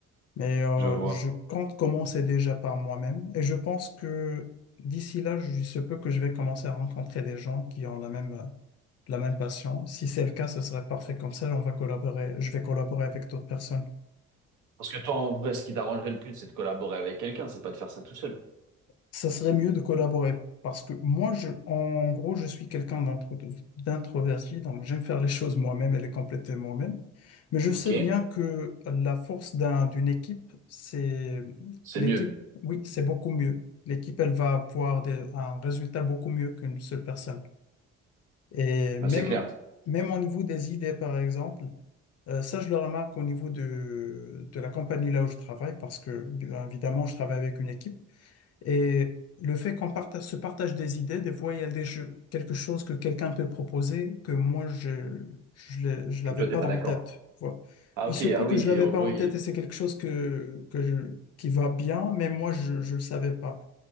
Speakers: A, on the left (about 55°); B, on the right (about 80°).
A: Mais euh,
B: Je vois.
A: je compte commencer déjà par moi-même et je pense que d'ici là, je- il se peut que je vais commencer à rencontrer des gens qui ont la même euh, la même passion. Si c'est le cas, ce serait parfait comme ça, on va collaborer, je vais collaborer avec d'autres personnes.
B: Parce que toi, en vrai, ce qui t'arrangerait le plus, c'est de collaborer avec quelqu'un, c'est pas de faire ça tout seul.
A: Ça serait mieux de collaborer parce que moi, je, en gros, je suis quelqu'un d'intro- d'introverti, donc j'aime faire les choses moi-même et les compléter moi-même. Mais je sais
B: Ok,
A: bien que la force d'un, d'une équipe, c'est
B: c'est
A: l'équipe,
B: mieux.
A: oui, c'est beaucoup mieux. L'équipe, elle va avoir des- un résultat beaucoup mieux qu'une seule personne. Et même,
B: Ben, c'est clair.
A: même au niveau des idées, par exemple. Euh, ça, je le remarque au niveau de, de la compagnie là où je travaille, parce que, bien évidemment, je travaille avec une équipe. Et le fait qu'on partage, se partage des idées, des fois, il y a des, che- quelque chose que quelqu'un peut proposer que moi, je je l'ai- je l'avais
B: Et toi, t'es
A: pas
B: pas
A: en
B: d'accord.
A: tête. Voilà.
B: Ah
A: Il
B: ok,
A: se
B: ah
A: peut que
B: oui,
A: je l'avais
B: en
A: pas
B: gros,
A: en
B: il-
A: tête et c'est quelque chose que, que je- qui va bien, mais moi, je ne le savais pas.